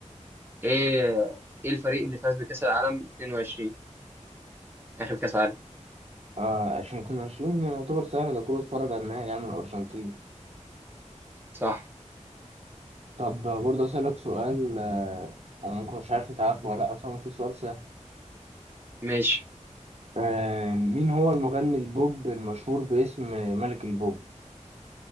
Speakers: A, on the right; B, on the right.
A: إيه إيه الفريق اللي فاز بكأس العالم 22 آخر كأس عالم
B: اه 2022 يعتبر سهل ده كله اتفرج على النهائي يعني الارجنتين
A: صح
B: طب برضه اسالك سؤال آه انا ممكن مش عارف انت عارفه ولا لا بس هو المفروض سؤال سهل
A: ماشي
B: آه مين هو المغني البوب المشهور باسم ملك البوب